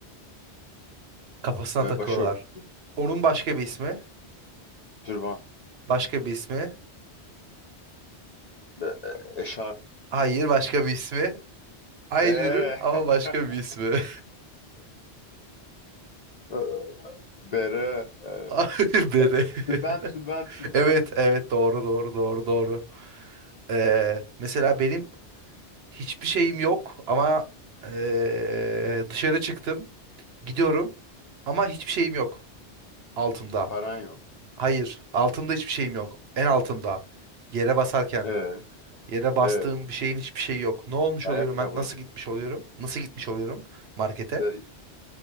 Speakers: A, on the right; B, on the left.
A: Kafasına
B: ee,
A: takıyorlar.
B: başörtü,
A: Onun başka bir ismi.
B: türban,
A: Başka bir ismi.
B: be, e- eşarp,
A: Hayır, başka bir ismi. Aynı
B: ee,
A: ürün ama
B: <laughs>
A: başka bir ismi.
B: e, bere,
A: <laughs> Hayır dedi.
B: ee, e- tülbent,
A: <laughs>
B: tülbent, tülbent,
A: Evet, evet doğru doğru doğru doğru. Ee, mesela benim Hiçbir şeyim yok ama eee, dışarı çıktım. Gidiyorum ama hiçbir şeyim yok altımda.
B: paran yok,
A: Hayır, altımda hiçbir şeyim yok. En altımda. Yere basarken,
B: ee,
A: yere bastığım
B: ee,
A: bir şeyin hiçbir şeyi yok. Ne olmuş oluyorum
B: ayakkabı,
A: ben? Nasıl gitmiş oluyorum? Nasıl gitmiş oluyorum markete?
B: ee,